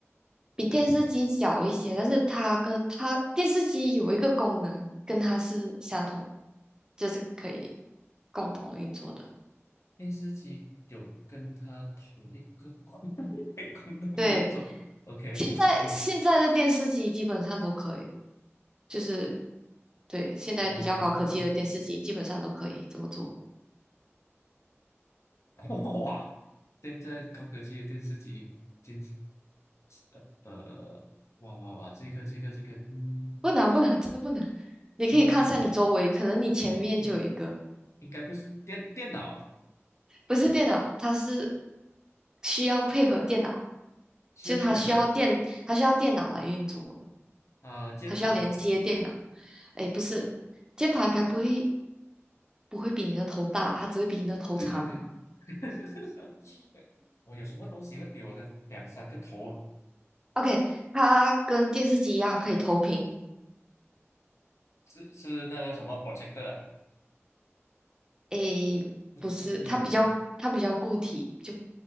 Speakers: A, on the right (about 15°); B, on the left (about 75°).
A: 比电视机小一些，但是它跟它电视机有一个功能跟它是相同，就是可以共同运作的。
B: 电视机有跟它同一个共 <laughs> 共同运作。
A: 对，
B: OK，
A: 现在现在的电视机基本上都可以，
B: 你
A: 就是对现在比较高科技的电视机基本上都可以这么做。
B: 啊啊啊，<laughs> 哇！现在高科技的电视机，电视呃呃，哇哇哇，这个这个这个，嗯
A: 不难不难，真的不难。你可以看一下你周围，
B: 嗯，
A: 可能你前面就有一个，
B: 应应该不是电电脑啊，
A: 不是电脑，它是需要配合电脑，
B: 需要配合电
A: 就是它需要电，它需要电脑来运作，
B: 脑啊，键盘，
A: 它需要连接电脑。哎，不是，键盘应该不会不会比你的头大，它只会比你的头长。
B: 对对对。<laughs> 我有什么东西会比我的两三个头啊？
A: OK，它跟电视机一样可以投屏。
B: 是是那个什么 projector 啊？
A: 诶，
B: 不不对啊，
A: 不是，它比较它比较固体，
B: 不对，
A: 就